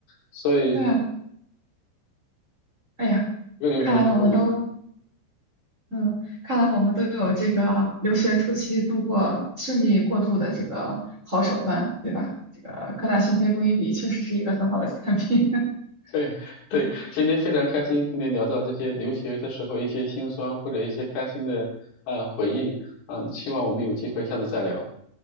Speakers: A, on the left (about 80°); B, on the right (about 15°).
A: 所以。
B: 对，哎呀，
A: 一个留学生都会有。
B: 看来我们都，嗯，看来我们都有这个留学初期度过顺利过渡的这个好手段，对吧？这个科大讯飞录音笔确实是一个很好的产品。<laughs>
A: <laughs> 对对，
B: 嗯。
A: 今天非常开心跟您聊到这些留学的时候一些心酸或者一些开心的呃回忆，嗯，希望我们有机会下次再聊。